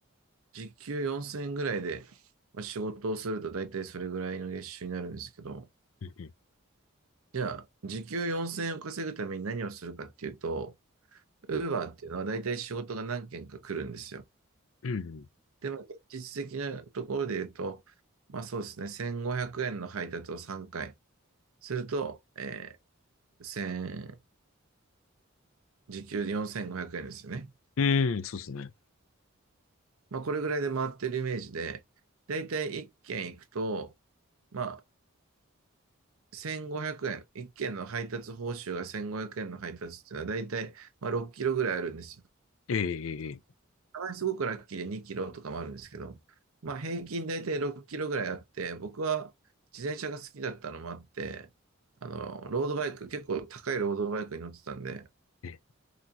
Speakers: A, on the right (about 85°); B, on the left (about 75°).
A: 時給4000円ぐらいで、まあ、仕事をすると大体それぐらいの月収になるんですけど、
B: うん、
A: じゃあ、時給4000円を稼ぐために何をするかっていうと、ウーバーっていうのは大体仕事が何件か来るんですよ。
B: うん、
A: で、まあ、実質的なところで言うと、まあそうですね、1500円の配達を3回すると、えー、1000時給4500円ですよね。
B: うん、うんそうですね。
A: まあこれぐらいで回ってるイメージで、大体1件行くと、まあ1500円、1件の配達報酬が1500円の配達っていうのは大体まあ6キロぐらいあるんですよ。
B: ええ、ええ、
A: たまにすごくラッキーで2キロとかもあるんですけど、まあ平均大体6キロぐらいあって、僕は自転車が好きだったのもあって、あの、ロードバイク、結構高いロードバイクに乗ってたんで、
B: ええ、